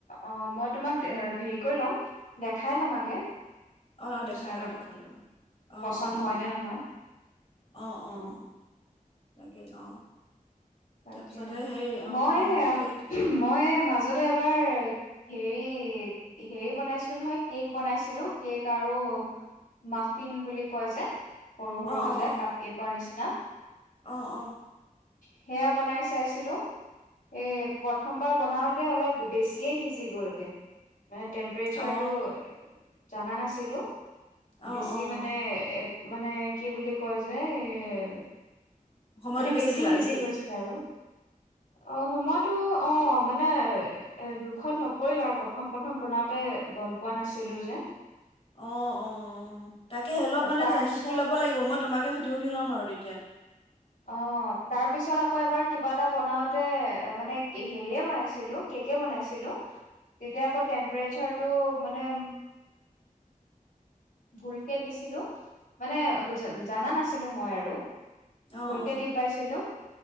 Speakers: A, on the left (about 75°); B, on the left (about 40°).
A: অঁ মই তোমাক হেৰি কৰি ল'ম দেখাই ল'ম আগে।
B: অঁ
A: তুমিও
B: অঁ দেখাই
A: চাই
B: ল'বা দেখাই ল'বা অঁ
A: পচন্দ
B: অঁ
A: হয়
B: অঁ।
A: নে নহয়
B: অঁ
A: অ
B: অঁ অঁ তাকেই অঁ।
A: তাকে
B: তাৰপিছতে সেই অঁ
A: মই
B: অঁ সেই
A: মই মাজতে এবাৰ হেৰি হেৰি বনাইছিলো নহয় কেক বনাইছিলো, কেক আৰু মাফিন বুলি কয় যে সৰু সৰু
B: অঁ অঁ
A: যে
B: অঁ
A: কাপ কেকৰ নিচিনা।
B: অঁ অঁ।
A: সেয়া বনাই চাইছিলো। এ প্ৰথমবাৰ বনাওতে অলপ বেছিয়ে সিজি গ'লগে। মানে টেম্পৰেচাৰটো
B: অঁ
A: জানা নাছিলো।
B: অঁ অঁ
A: বেছি
B: অঁ
A: মানে এক মানে কি বুলি কয় যে এ
B: সময়টো
A: মানে বেছি
B: দিলা
A: সিজি
B: নেকি
A: গৈছিলে আৰু, অঁ সময়তো অঁ মানে এ জোখত নপৰিল আৰু প্ৰথম প্ৰথম বনাওতে গম পোৱা নাছিলো যে।
B: অ', অ' তাকে অলপ মানে
A: তাৰ
B: যায়
A: পিছত
B: শিকি ল'ব লাগিব, মই তোমাকে সুধি সুধি লম আৰু তেতিয়া।
A: অ', তাৰ পিছত আকৌ এবাৰ কিবা এটা বনাওঁতে মানে হেৰিয়ে বনাইছিলো। কেকে বনাইছিলো, তেতিয়া আকৌ টেম্প্ৰেচাৰটো মানে ভুলকে দিছিলো মানে জানা নাছিলো মই আৰু।
B: অঁ
A: ভুলকে
B: অঁ
A: দি পাইছিলো,